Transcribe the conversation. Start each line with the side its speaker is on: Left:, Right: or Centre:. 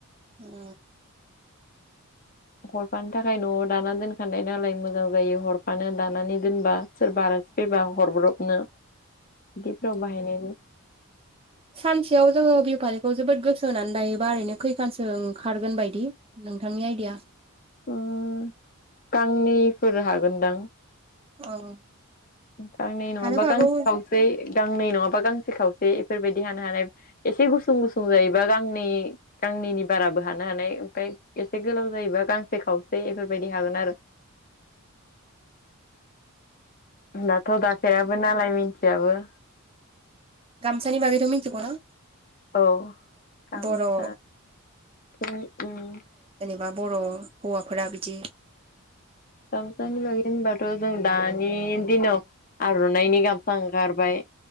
Right: ना।
Left: हरफानो थाखाय न'आव दाना दोनखानाय नालाय मोजां जायो हरफानो दानानै दोनबा सोरबा आलासि फैबा हरब्रबनो
Right: <unintelligible>
Left: दिब गाव बाहायनायनि
Right: सानसेयाव जोङो बिहु फारिखौ जोबोद गोसो होनानै दायोबा ओरैनो खैखानसो ओंखारगोन बायदि? नोंथांनि आइडिया
Left: उम गांनैफोर हागोनदां।
Right: औ
Left: गांनै नङाबा
Right: हानोबो हागौ
Left: गांसे
Right: ओमफ्राय
Left: खावसै गांनै नङाबा गांसे सोखावसे एफोरबायदि हानो हानाय एसे गुसुं गुसुं जायोबा गांनै गांनैनि बाराबो। हानो हानाय ओमफ्राय एसे गोलाव जायोबा गांसे खावसे एफोरबायदि हागोन आरो। दाथ' दाफेराबो नालाय मिथियाबो।
Right: गामसानि बागैथ' मोनथिगौना?
Left: औ गामफ
Right: बर'फ्रा
Left: <unintelligible>
Right: बा बर' हौवाफोरा बिदि
Left: गामसानि बागै होनबाथ' जों दानि दिनाव आर'नानायनि गामसा ओं खारबाय।